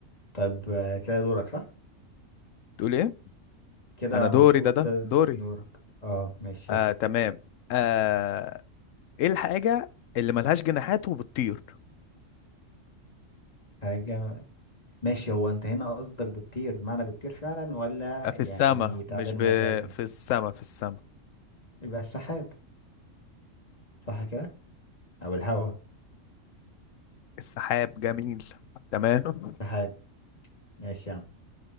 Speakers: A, on the left; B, on the left.
A: طيب آه، كده دورك صح
B: تقول ايه
A: كده
B: انا
A: المفروض
B: دوري ده ده
A: ده
B: دوري
A: دورك اه ماشي
B: آه
A: يلا
B: تمام آه ايه الحاجه اللي ملهاش جناحات وبتطير
A: حاجة ماشي هو انت هنا قصدك بتطير بمعنى بتطير فعلا ولا
B: السما
A: يعني تعبير
B: مش ب...
A: مجازي
B: في السما
A: يبقى السحاب صح كده او الهواء
B: السحاب جميل تمام
A: سحاب ماشي يا عم